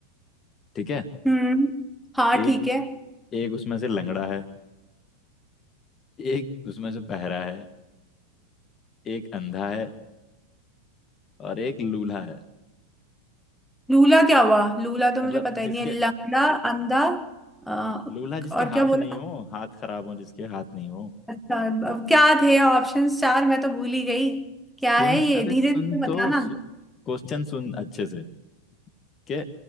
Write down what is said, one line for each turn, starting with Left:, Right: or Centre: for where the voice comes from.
Left: ठीक है
Centre: हम्म हाँ
Left: एक
Centre: ठीक है
Left: एक उसमें से लंगड़ा है एक उसमें से बहरा है एक अंधा है और एक लूल्हा है
Centre: लूला क्या हुआ लूला तो मुझे
Left: मतलब
Centre: पता
Left: जिसके
Centre: ही नहीं है लंगड़ा अंधा अ,
Left: लूल्हा जिसके
Centre: और
Left: हाथ
Centre: क्या
Left: नहीं
Centre: बोला
Left: हो हाथ खराब हो जिसके हाथ नहीं हो
Centre: अच्छा अब क्या थे ऑप्शंस चार मैं तो भूल ही गई क्या
Left: सुन
Centre: है ये
Left: अबे
Centre: धीरे
Left: सुन
Centre: धीरे
Left: तो
Centre: बताना
Left: क्वेश्चन सुन अच्छे से के